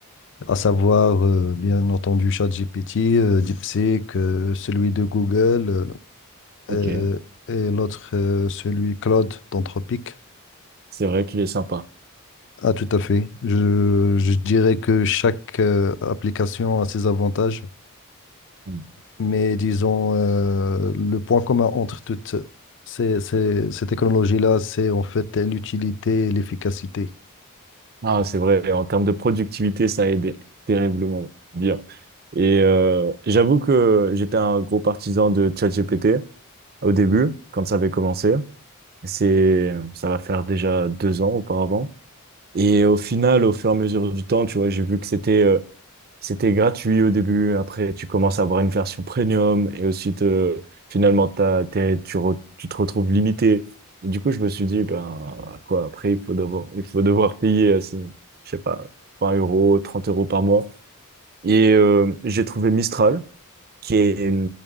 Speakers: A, on the left; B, on the right.
A: à savoir, euh, bien entendu, ChatGPT, euh, DeepSeek, euh, celui de Google, euh,
B: Ok,
A: euh, et l'autre, euh, celui Claude d'Anthropic.
B: c'est vrai qu'il est sympa.
A: Ah, tout à fait. Je, je dirais que chaque euh, application a ses avantages
B: Mm.
A: Mais disons, euh, le point commun entre toutes ces, ces, ces technologies-là, c'est en fait l'utilité et l'efficacité.
B: Ah, c'est vrai, en termes de productivité, ça a aidé terriblement. Bien. Et euh, j'avoue que j'étais un gros partisan de ChatGPT au début, quand ça avait commencé. C'est, ça va faire déjà deux ans auparavant. Et au final, au fur et à mesure du temps, tu vois, j'ai vu que c'était euh, c'était gratuit au début. Après, tu commences à avoir une version premium et ensuite, euh, finalement, t'as, t'es- tu, re- tu te retrouves limité. Du coup, je me suis dit, ben, quoi, après, il faut devoir, il faut devoir payer, euh, c'est- je sais pas, 20 euros, 30 euros par mois. Et euh, j'ai trouvé Mistral qui est,